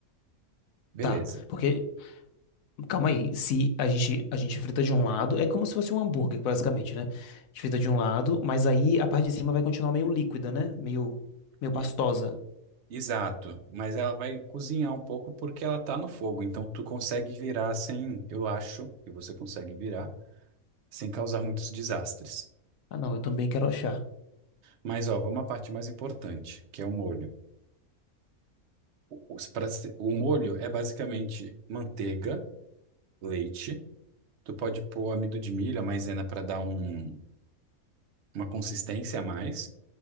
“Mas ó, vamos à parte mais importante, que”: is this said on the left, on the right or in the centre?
Right